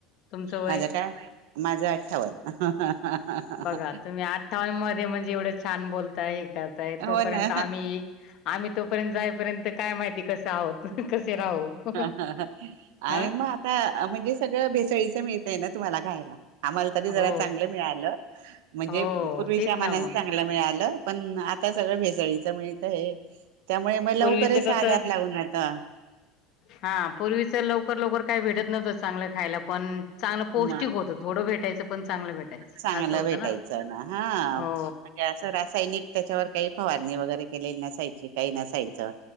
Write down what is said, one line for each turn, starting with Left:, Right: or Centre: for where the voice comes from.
Left: तुमचं वय
Right: माझं काय माझं आठठावन हा हा
Left: बघा तुम्ही आठावांमध्ये म्हणजे एवढं छान बोलता आहे का तोपर्यंत
Right: हो ना
Left: आम्ही आम्ही तोपर्यंत जायपर्यंत काय माहिती कसं आहोत कसे राहू
Right: आणि
Left: हा
Right: मग आता म्हणजे सगळं भेसळीचं मिळतय ना तुम्हाला खायला आम्हाला तरी जरा
Left: हो
Right: चांगलं मिळालं म्हणजे
Left: हो हो
Right: पूर्वीच्यामानाने
Left: तेच ना मग
Right: चांगल ला मिळालं पण आता सगळं भेसळीच मिळत हे त्यामुळे मग लवकरच
Left: पूर्वीच कसं
Right: आधार लावून आता
Left: हा पूर्वीच लवकर लवकर काय भेटत नव्हतं चांगलं खायला पण चांगलं पौष्टिक
Right: म
Left: होतं थोडं भेटायचं पण चांगलं भेटायचं
Right: चांगलं
Left: असं होतं
Right: भेटायचं
Left: ना
Right: हा म्हणजे
Left: हो
Right: असं रासायनिक त्याच्यावर काही फवारणी वगैरे केलेली नसायची काही नसायचं